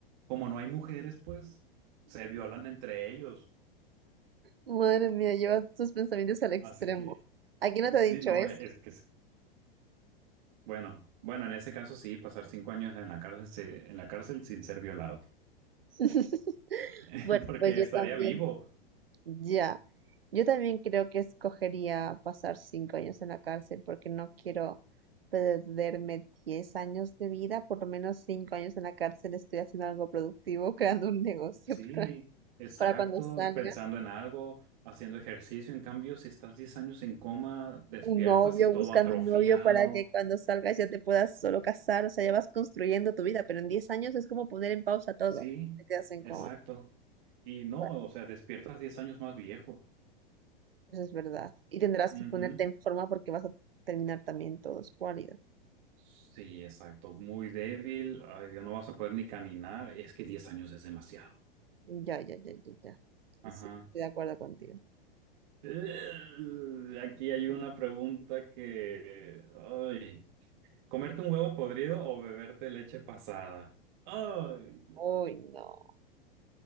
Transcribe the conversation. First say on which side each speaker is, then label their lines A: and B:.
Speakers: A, on the right (about 55°); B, on the right (about 75°).
A: como no hay mujeres, pues se violan entre ellos.
B: Madre mía, llevas tus pensamientos al extremo.
A: Así que
B: ¿A quién
A: sí,
B: no te ha dicho
A: no,
B: eso?
A: e- es que sí. Bueno, bueno, en ese caso sí, pasar cinco años en la cárcel, se- en la cárcel sin ser violado,
B: <laughs>
A: <laughs> porque
B: Pues yo
A: estaría
B: también.
A: vivo.
B: Ya, yo también creo que escogería pasar cinco años en la cárcel porque no quiero perderme diez años de vida, por lo menos cinco años en la cárcel estoy haciendo algo productivo, <laughs> creando un negocio
A: Sí,
B: <laughs> para,
A: exacto,
B: para cuando salga,
A: pensando en algo, haciendo ejercicio. En cambio, si estás diez años en coma, despiertas
B: un novio,
A: y todo
B: buscando
A: atrofiado.
B: un novio para que cuando salgas ya te puedas solo casar, o sea, ya vas construyendo tu vida, pero en diez años es como poner en pausa todo,
A: Sí,
B: te quedas en
A: exacto.
B: coma.
A: Y no,
B: Bueno,
A: o sea, despiertas diez años más viejo.
B: eso es verdad. Y tendrás
A: Ujú.
B: que ponerte en forma porque vas a terminar también todo escuálido.
A: Sí, exacto. Muy débil. Ay, Dios, no vas a poder ni caminar. Es que 10 años es demasiado.
B: Ya, ya, ya, ya, ya.
A: Ajá.
B: Sí, estoy de acuerdo contigo.
A: Eh, Aquí hay una pregunta que... Ay. ¿Comerte un huevo podrido o beberte leche pasada? Ay, Dios.
B: Uy, no.